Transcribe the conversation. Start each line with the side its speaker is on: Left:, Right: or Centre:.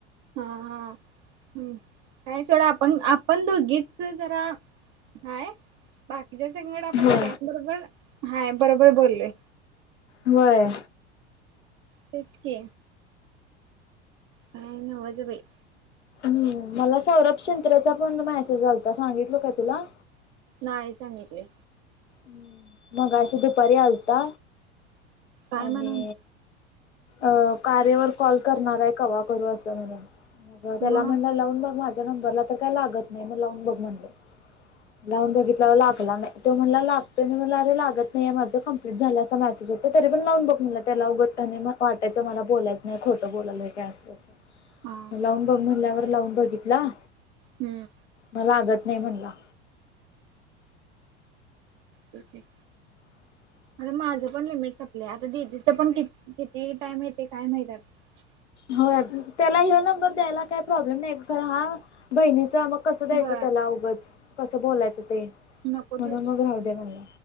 Right: हा-हा हम्म काय सोडा आपण-आपण दोघीच्च जरा हाय बाकीच्या संगड आपण
Left: होय.
Right: सगळ्यां बरोबर हाय बरोबर बोललोय.
Left: होय.
Right: तेच कि काय ना हो बाई
Left: हम्म मला सौरभ शंत्रचा पण मॅसेज आलता सांगितल काय तुला
Right: नाही सांगितले
Left: हम्म मग अशी दुपारी आलता
Right: काय
Left: आणि
Right: म्हणून
Left: अ कार्यावर कॉल करणार आहे कवा करू अस म्हणुन त्याला
Right: मग
Left: म्हणल लावून बग माझ्यावर नर तर का लागत नाही म लावून बग म्हणल लावून बघितला लागला नाही मला लागतोय मला अरे लागत नाही माझं कंप्लीट झाल्याचा मेसेज येतोय तरी पण लावून बघ मनला त्याला उग आणि वाटायचं मला बोलायचं नाही खोटं बोलायलो काय असतसं
Right: हा
Left: लावून बघ म्हणल्यावर लावून बघितला
Right: हम्म
Left: लागत नाही म्हणला
Right: क
Left: <inaudible>
Right: माझं पण लिमिट संपलंय आता दिदीच पण कि किती टाइम येते काय माहित आता
Left: होय त्याला ह नंबर द्यायला काही प्रॉब्लेम नाही बर हा बहिणीचा मग कसं द्यायचं
Right: व
Left: त्याला उगच कसं बोलायचं ते
Right: नको
Left: म्हणून
Right: दिऊस
Left: मग राहू दे म्हणलं